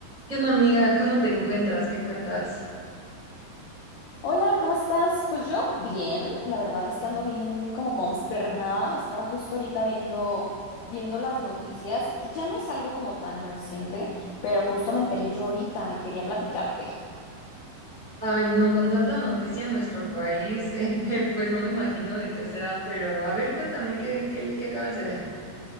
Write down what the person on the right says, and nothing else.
¿Qué onda, amiga? ¿Cómo te encuentras? ¿Qué cuentas?
Ay, no, con tanta noticia en nuestro país, <laughs> eh, pues no me imagino de qué será, pero a ver, cuéntame, ¿qué, qué, qué acabas de ver?